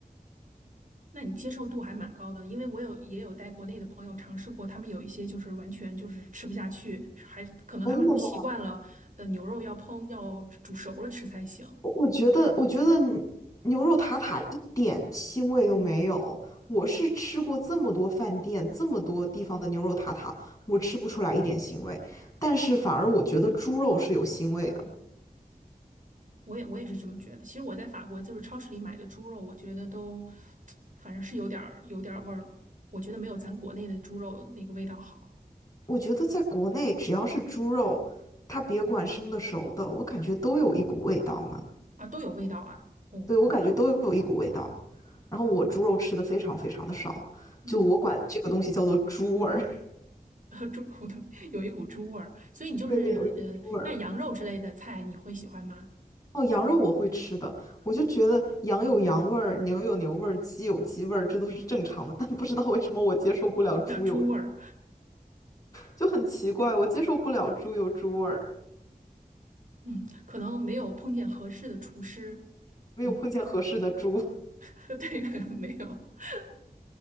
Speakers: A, on the right (about 55°); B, on the left (about 20°).
A: 那你接受度还蛮高的，因为我有也有带国内的朋友尝试过，他们有一些就是完全就是吃不下去，还可能他们还是习惯了，
B: 真的吗？
A: 呃，牛肉要烹要煮熟了吃才行。
B: 我我觉得，我觉得牛牛肉塔塔一点腥味都没有。我是吃过这么多饭店、这么多地方的牛肉塔塔，我吃不出来一点腥味。但是反而我觉得猪肉是有腥味的。
A: 我也我也是这么觉得。其实我在法国就是超市里买的猪肉，我觉得都反正是有点儿有点儿味儿，我觉得没有咱国内的猪肉那个味道好
B: 我觉得在国内，只要是猪肉，它别管生的熟的，我感觉都有一股味道呢。
A: 啊，都有味道啊。哦，
B: 对，我感觉都有一股味道。然后我猪肉吃的非常非常的少，
A: 嗯，
B: 就我管这个东西叫做猪味儿。
A: <laughs> 猪骨头有一股猪味儿，
B: <laughs>
A: 所以你就是呃，
B: 对，有一股猪味儿。
A: 那羊肉之类的菜你会喜欢吗？
B: 哦，羊肉我会吃的，我就觉得羊有羊味儿，牛有牛味儿，鸡有鸡味儿，这都是正常的。但不知道为什么我接受不了猪有，
A: 有点儿猪味儿。
B: 就很奇怪，我接受不了猪有猪味儿，
A: 嗯，可能没有碰见合适的厨师。
B: 没有碰见合适的猪。
A: 嗯，
B: <laughs>
A: <laughs> 对，没有。<laughs>